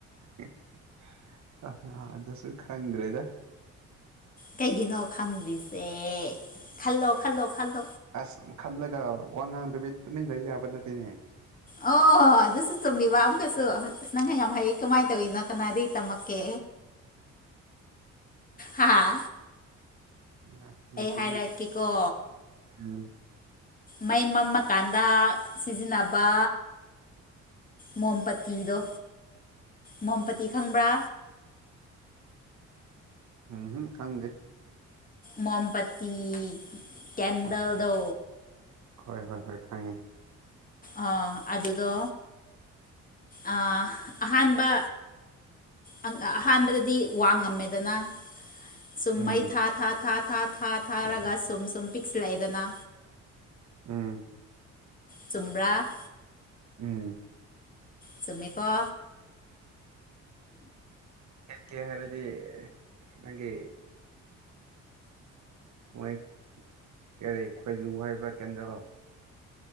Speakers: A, on the right (about 65°); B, on the left (about 30°).
A: <unintelligible> ꯑ ꯑꯗꯨꯁꯨ ꯈꯪꯗ꯭ꯔꯦꯗ
B: ꯀꯩꯒꯤꯅꯣ ꯈꯪꯗ꯭ꯔꯤꯁꯦ ꯈꯜꯂꯣ ꯈꯜꯂꯣ ꯈꯜꯂꯣ
A: ꯑꯁ ꯈꯜꯂꯒ ꯋꯥ ꯉꯥꯡꯗꯕꯤ ꯇꯨꯃꯤꯟꯂ ꯌꯥꯕ ꯅꯠꯇꯦꯅꯦ
B: ꯑꯣ ꯑꯗꯨꯁꯨ ꯆꯨꯝꯃꯤꯕ ꯑꯃꯨꯛꯀꯁꯨ ꯅꯪ ꯌꯥꯝ ꯍꯩꯌꯦ ꯀꯃꯥꯏꯅ ꯇꯧꯋꯤꯅꯣ ꯀꯅꯥꯗꯒꯤ ꯇꯝꯃꯛꯀꯦ ꯍꯥꯥ
A: ꯅꯠꯇꯦ ꯁꯤꯗꯤ
B: ꯍꯥꯏꯔꯛꯀꯦꯀꯣ
A: ꯎꯝ
B: ꯃꯩ ꯃꯝꯃꯀꯥꯟꯗ ꯁꯤꯖꯤꯟꯅꯕ ꯃꯣꯝ ꯄꯇꯤꯗꯣ ꯃꯣꯝ ꯄꯇꯤ ꯈꯪꯕ꯭ꯔꯥ
A: ꯎꯝꯍꯝ ꯈꯪꯗꯦ
B: ꯃꯣꯝ ꯄꯠꯇꯤ ꯀꯦꯟꯗꯜꯗꯣ
A: ꯍꯣꯏ ꯍꯣꯏ ꯍꯣꯏ ꯈꯪꯉꯦ
B: ꯑ ꯑꯗꯨꯗꯣ ꯑ ꯑꯍꯥꯟꯕ ꯑꯪ ꯑꯍꯥꯟꯕꯗꯗꯤ ꯋꯥ ꯉꯝꯃꯦꯗꯅ ꯁꯨꯝ
A: ꯎꯝ
B: ꯃꯩ ꯊꯥ ꯊꯥ ꯊꯥ ꯊꯥ ꯊꯥ ꯊꯥ ꯊꯥꯔꯒ ꯁꯨꯝ ꯁꯨꯝ ꯄꯤꯛꯁꯤꯜꯂꯛꯑꯦꯗꯅ
A: ꯎꯝ
B: ꯆꯨꯝꯕ꯭ꯔꯥ
A: ꯎꯝ
B: ꯆꯨꯝꯃꯤꯀꯣ
A: ꯈꯦꯠꯀꯦ ꯍꯥꯏꯔꯗꯤ ꯅꯪꯒꯤ ꯃꯣꯏ ꯀꯔꯤ ꯈꯣꯏꯂꯨ ꯍꯥꯏꯕ꯭ꯔ ꯀꯦꯟꯗꯜ